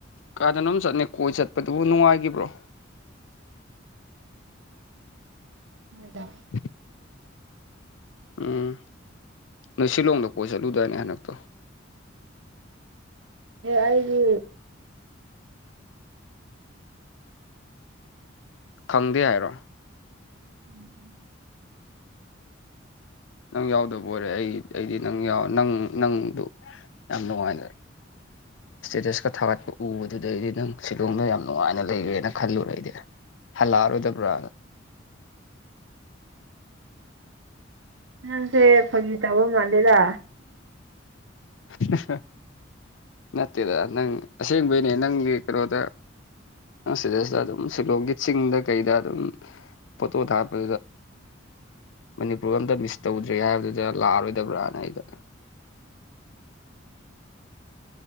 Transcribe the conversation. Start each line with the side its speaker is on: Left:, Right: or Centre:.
Left: ꯀꯥꯗꯅꯣꯝ ꯆꯠꯅꯤ ꯀꯣꯏ ꯆꯠꯄꯗꯨꯕꯨ ꯅꯨꯡꯉꯥꯏꯈꯤꯕ꯭ꯔꯣ <unintelligible>
Right: ꯍꯗ
Left: <unintelligible> ꯎꯝ ꯅꯣꯏ ꯁꯤꯂꯣꯡꯗ ꯀꯣꯏ ꯆꯠꯂꯨꯗꯥꯏꯅꯦ ꯍꯟꯗꯛꯇꯣ
Right: ꯑꯏꯗꯤ
Left: ꯈꯪꯗꯦ ꯍꯥꯏꯔꯣ
Right: ꯎꯝ
Left: ꯅꯪ ꯌꯥꯎꯗꯕ ꯑꯣꯏꯔꯦ ꯑꯩ ꯑꯩꯗꯤ ꯅꯪꯎ ꯅꯪ ꯅꯪꯗꯨ ꯌꯥꯝꯗ ꯋꯥꯥꯏꯅ ꯏꯁꯇꯦꯇꯁꯀ ꯊꯥꯒꯠꯄ ꯎꯕꯗꯨꯗꯩꯗꯤ ꯅꯪ ꯁꯤꯂꯣꯡꯗ ꯌꯥꯝ ꯅꯨꯡꯉꯥꯏꯅ ꯂꯩꯔꯦꯅ ꯈꯜꯂꯨꯔꯏꯗꯤ ꯍꯜꯂꯥꯔꯣ ꯆꯠꯔꯥ
Right: ꯅꯪꯁꯦ ꯐꯒ ꯇꯧꯕ ꯃꯥꯜꯂꯦꯗ
Left: <unintelligible> ꯅꯠꯇꯦꯗ ꯅꯪ ꯑꯁꯦꯡꯕꯩꯅꯦ ꯅꯪꯒꯤ ꯀꯩꯅꯣꯗ ꯑꯁꯤꯗꯩꯁꯤꯗ ꯑꯗꯨꯝ ꯁꯤꯂꯣꯡꯒꯤ ꯆꯤꯡꯗ ꯀꯩꯗ ꯑꯗꯨꯝ ꯄꯣꯠꯇꯣ ꯊꯔ ꯄ ꯃꯅꯤꯄꯨꯔ ꯑꯝꯇ ꯃꯤꯁ ꯇꯧꯗ꯭ꯔꯦ ꯍꯥꯏꯕꯗꯨꯗ ꯂꯥꯛꯑꯔꯣꯏꯗꯕ꯭ꯔꯅ ꯑꯩꯗ